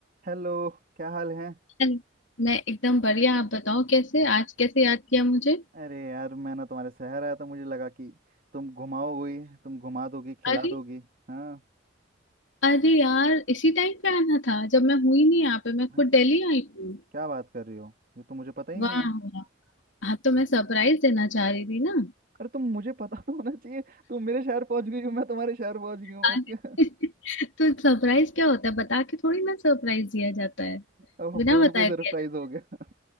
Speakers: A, on the right; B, on the left.
A: Hello क्या हाल है
B: मैं एकदम बढ़िया आप बताओ कैसे आज कैसे याद किया मुझे
A: अरे यार मैं ना तुम्हारे शहर आया था मुझे लगा कि तुम घुमाओगी तुम घुमा दोगी खिला
B: अरे
A: दोगी हाँ
B: अरे यार इसी टाइम पे आना था जब मैं हुई नहीं यहाँ पे मैं
A: मैं-
B: खुद दिल्ली आई हूँ
A: क्या बात कर रही हो ये तो मुझे पता ही नहीं
B: वाह
A: है
B: वाह हाँ तो मैं सरप्राइज देना चाह रही थी ना
A: अरे तुम मुझे पता तो होना चाहिए तुम मेरे शहर पहुंच गई हो मैं तुम्हारे शहर पहुंच गई हूँ
B: अरे,
A: अब क्या
B: <laughs> तो सरप्राइज क्या होता है बता के थोड़ी ना सरप्राइज दिया जाता है
A: अब हम
B: बिना
A: दोनों
B: बताए
A: को ही सरप्राइज
B: दिया जाता है
A: हो गया